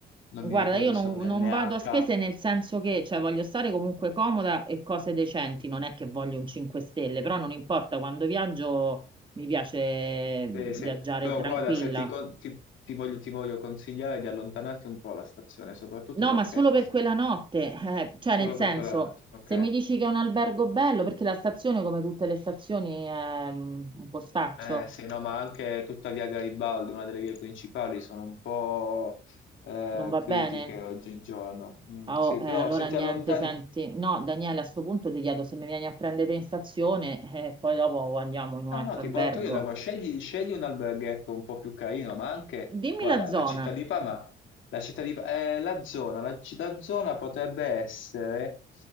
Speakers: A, on the left (about 80°); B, on the right (about 25°).
A: non
B: Guarda,
A: mi ricordo
B: io non,
A: se è un NH,
B: non vado a spese nel senso che, cioè, voglio stare comunque comoda e cose decenti, non è che voglio un 5 stelle, però non importa, quando viaggio mi piace
A: Sì,
B: viaggiare
A: sì. Però
B: tranquilla.
A: guarda, se ti, con- ti- ti voglio, ti voglio consigliare di allontanarti un po' dalla stazione, soprattutto
B: No,
A: perché
B: ma solo per quella notte, eh, cioè,
A: solo
B: nel senso,
A: per quella notte, ok?
B: se mi dici che è un albergo bello, perché la stazione, come tutte le stazioni, è mm, un postaccio,
A: Eh, sì, no, ma anche tutta via Garibaldi, una delle vie principali, sono un po' eh,
B: non va
A: critiche
B: bene?
A: oggigiorno. Mm,
B: Ah,
A: sì,
B: oh, eh,
A: però
B: allora
A: se ti
B: niente,
A: allontani,
B: senti, no, Daniele, a sto punto ti chiedo se mi vieni a prendere in stazione eh, e poi dopo andiamo in un
A: No,
B: altro
A: no, ti
B: albergo.
A: porto io da qua. Scegli, scegli un alberghetto un po' più carino, ma anche,
B: Dimmi
A: guarda,
B: la zona.
A: la città di Parma, la città di, Pa- eh, la zona, la città zona potrebbe essere